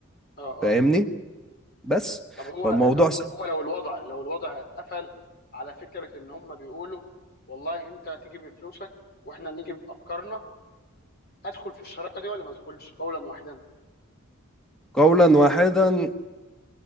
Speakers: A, on the left; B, in the centre.
A: اه اه
B: فاهمني بس
A: طب هو
B: فالموضوع
A: طب
B: سهل
A: هو لو الوضع لو الوضع قفل على فكره ان هم بيقولوا والله انت تيجي بفلوسك واحنا نيجي بافكارنا ادخل في الشراكه دي ولا ما ادخلش قولا واحدا
B: قولا واحدا